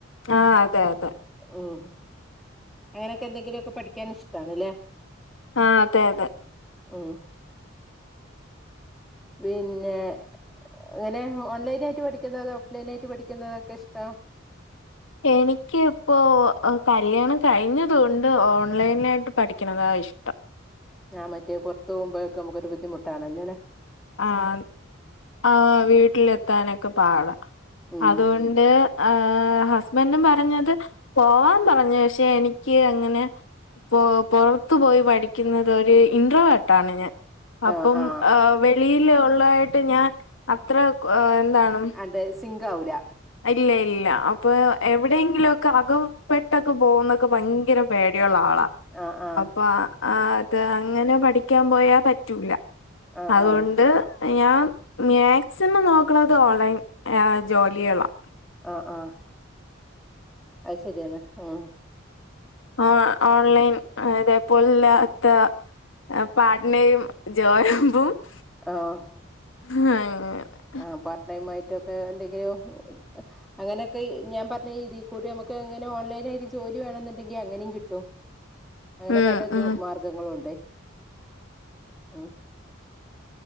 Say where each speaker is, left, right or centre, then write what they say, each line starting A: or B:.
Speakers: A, on the left; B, in the centre.
A: ആ അതെ അതെ
B: ഉം അങ്ങനെയൊക്കെ എന്തെങ്കിലുമൊക്കെ പഠിക്കാൻ ഇഷ്ടണല്ലേ
A: ആ അതെ അതെ
B: മ്മ് പിന്നെ ഇങ്ങനെ ഓൺലെയ്നായ്ട്ട് പഠിക്കുന്നതോ പ്ലെനായിട്ട് പഠിക്കുന്നതൊക്കെ ഇഷ്ട
A: എനിക്ക് ഇപ്പോ കല്യാണം കഴിഞ്ഞതൊണ്ട് ഓൺലൈനിലായിട്ട് പഠിക്കണതാണ് ഇഷ്ടം
B: ആഹ് മറ്റേ പൊർത്ത് പോമ്പഴക്കെ നമുക്കൊരു ബദ്ധിമോട്ടാണല്ലോ ല്ലേ
A: ആഹ് ആഹ് വീട്ടിലെത്താനൊക്കെ പാട
B: ഉം
A: അതുകൊൺ ഏഹ് ആഹ് ഹസ്ബൻ്റും പറഞ്ഞത് പോവാൻ പറഞ്ഞ് പഷെ എനിക്ക് അങ്ങനെ പോ പൊറത്തു പോയി പഠിക്കുന്നത് ഒരു ഇന്റ്രോർവേട്ടാണ് ഞാൻ അപ്പം
B: ആ ആ
A: ഏ വെ തൊള്ളായിട്ട് ഞാൻ അത്ര എന്താണ്
B: തെ സിംഗാവൂല
A: ഇല്ല ഇല്ല അപ്പ എവിടെയെങ്കിലൊ അകപ്പെട്ടൊക്കെ പോന്നൊക്കെ ഭയ്ങ്കര പേടിയൊള്ളാളാ
B: ആ ആ ആ
A: അപ്പ അ ആ അത് അങ്ങനെ പഠിക്കാൻ പോയാ പറ്റൂല
B: ആ
A: അതുകൊണ്ട് ഞാൻ മേക്സിമം നോക്ക്ണത് ഓൺലൈൻ ഏ ജോലിയളാ
B: ആഹ് ആഹ് അത് ശരിയാണ് ഉംഹ്
A: ഏഹ് ഓൺലൈൻ ഏഹ് ഇതേപോലല്ലാത്ത പാട്നയും <unintelligible>
B: ആഹ്
A: <unintelligible>
B: ആഹ് പാർട്ട് ടൈം ആയിട്ടൊക്കെ എന്തെങ്ക്യും അങ്ങനൊക്കെ ഞാൻ പർഞ്ഞ ഇതീക്കൂടി നമുക്ക് എങ്ങനെ ഓൺലൈനായിട്ട് ജോലി വേണന്നിണ്ടെങ്കിൽ അങ്ങനെം കിട്ടും അങ്ങനെ
A: ഉം
B: പലത്
A: ഉം
B: മാർഗ്ഗങ്ങളുണ്ട് ഉം